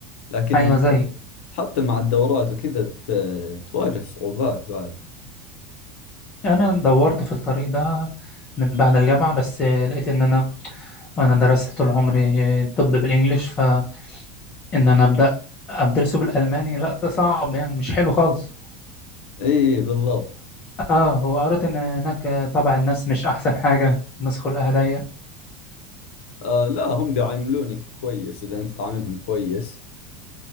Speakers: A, on the left; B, on the left.
A: لكن
B: أيوة زي
A: حتى مع الدورات وكذا ت- تواجه صعوبات بعد
B: انا دورت في الطريق ده من بعد الجامعه بس لقيت ان انا انا درست طول عمري طب بالانجليش فان انا ابدا ادرسه بالالماني لا ده صعب يعني مش حلو خالص
A: إيه بالضبط
B: اه وقريت ان هناك طبع الناس مش احسن حاجه الناس خلقها ضيق
A: آه لا هم بيعاملونك كويس إذا أنت تعاملهم كويس